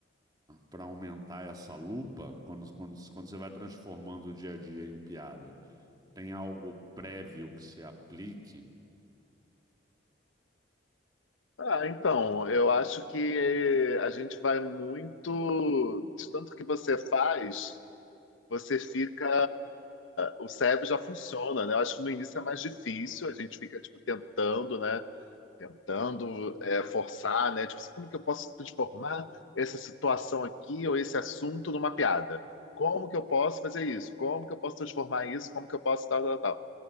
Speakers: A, on the right; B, on the left.
A: para aumentar essa lupa quando, quando, quando você vai transformando o dia a dia em piada? Tem algo prévio que você aplique?
B: Ah, então, eu acho que a gente vai muito. De tanto que você faz, você fica. O cérebro já funciona, né? Eu acho que no início é mais difícil, a gente fica, tipo, tentando, né? Tentando é, forçar, né? Tipo assim, como que eu posso transformar essa situação aqui ou esse assunto numa piada? Como que eu posso fazer isso? Como que eu posso transformar isso? Como que eu posso tal, tal, tal?